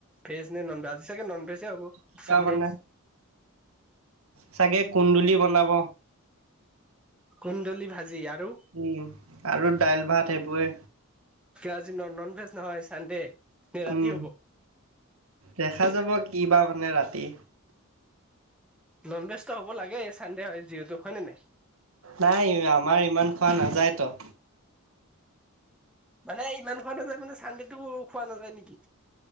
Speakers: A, in the centre; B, on the right (about 70°).
A: ভেজ নে নন ভেজ। আজি চাগে নন ভেজে হ'ব
B: কিবা
A: চানডে।
B: বনাই চাগে কুন্দুলি বনাব।
A: কুন্দলি ভাজি আৰু?
B: উম আৰু দাইল ভাত সেইবোৰে।
A: আজি নন ভেজ নহয় চানডে। নে ৰাতি
B: উম,
A: হ'ব
B: দেখা যাব কিবা মানে ৰাতি।
A: নন ভেজটো হ'ব লাগে চানডে হয় যিহেতু হয় নে নাই।
B: নাই আমাৰ ইমান খোৱা নাযায়তো।
A: মানে ইমান খোৱা নাযায় মানে চানডেটো খোৱা নাযায় নেকি?